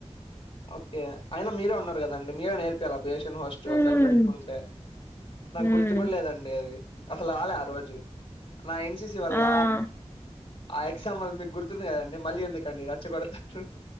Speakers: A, on the left; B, on the left.
A: ఓకే అయినా మీరే ఉన్నారు కదండి మీరే నేర్పియాల బేషన్ వాష్. ఫ
B: ఉమ్
A: ఒకళ పెట్టుకుంటే నాకు
B: ఉమ్
A: గుర్తు కూడా లేదండి అది అసలు రాలే ఆ రోజు నా ఎన్సిసి వల్ల
B: ఆ
A: ఆ ఎగ్జామ్ మీకు గుర్తుంది కదండి మళ్ళీ ఎందుకండి చ్చగొడతారు <inaudible>